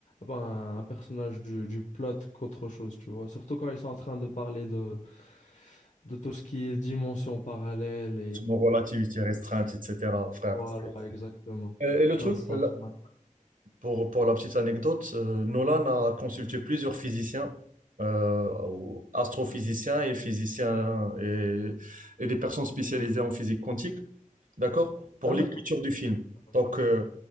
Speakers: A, on the left; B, on the right.
A: ben, un personnage du, du plot qu'autre chose, tu vois. Surtout quand ils sont en train de parler de, de tout ce qui est dimension parallèle
B: Sur Mon relativité restreinte, etc., frère.
A: voilà,
B: C'est-
A: exactement.
B: c'est- Euh, Et le truc,
A: Non, c'est
B: la,
A: un film.
B: Pour, pour la petite anecdote, euh, Nolan a consulté plusieurs physiciens, euh, ou astrophysiciens et physiciens et, et des personnes spécialisées en physique quantique, d'accord, pour
A: Ah,
B: l'écriture
A: d'accord.
B: du film.
A: Ah, d'accord.
B: Donc, euh,